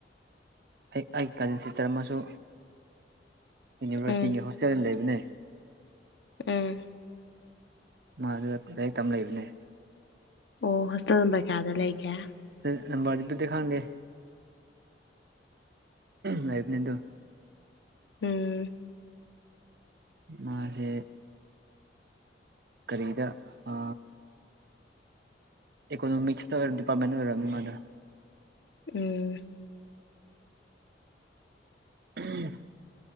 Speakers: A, on the right; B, on the left.
A: ꯑꯩ ꯑꯩ ꯀꯖꯤꯟ ꯁꯤꯁꯇꯔ ꯑꯃꯁꯨ ꯌꯨꯅꯤꯚꯔꯁꯤꯇꯤꯒꯤ
B: ꯎꯝ
A: ꯍꯣꯁꯇꯦꯜꯗ ꯂꯩꯕꯅꯦ
B: ꯎꯝ
A: ꯃꯥꯗꯨ ꯂꯥꯏꯔꯤꯛ ꯇꯝꯃꯒ ꯂꯩꯕꯅꯦ
B: ꯑꯣ ꯍꯣꯁꯇꯦꯜ ꯅꯝꯕꯔ ꯀꯌꯥꯗ ꯂꯩꯒꯦ
A: ꯑꯗꯨ ꯅꯝꯕꯔꯗꯤꯕꯨꯗꯤ ꯈꯪꯗꯦ ꯂꯩꯕꯅꯤ ꯑꯗꯨꯝ
B: ꯎꯝ
A: ꯃꯥꯁꯦ ꯀꯔꯤꯗ ꯑ ꯏꯀꯣꯅꯣꯃꯤꯛꯁꯇ ꯗꯤꯄꯥꯔꯃꯦꯟ ꯑꯣꯏꯔꯝꯅꯤ ꯃꯥꯗꯣ
B: ꯎꯝ
A: ꯎꯝ